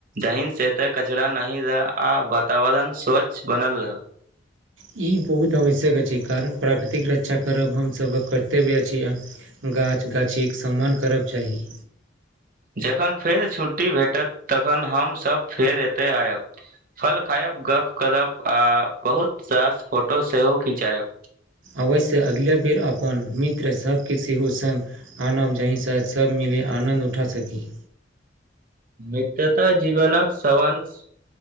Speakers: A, on the right; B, on the right.
A: जहिन से एता कचरा नहि रह आ वातावरण स्वच्छ बनल रहाए।
B: ई बहुत आवश्यक अछि कारण प्राकृतिक रक्षा करब हम सबक कर्तव्य अछि आ गाछ-गाछीक सम्मान करब चाही।
A: जखन फेर छुट्टी भेटत तखन हम सब फेर एतय आयब। फल खायब, गप्प करब आ बहुत सास फोटो सेहो खिचायब।
B: अवश्य अगिला बेर अपन मित्र सब के सेहो संग आनब जहि से सब मिली आनन्द उठा सकी।
A: मित्रता जीवनक स्वांस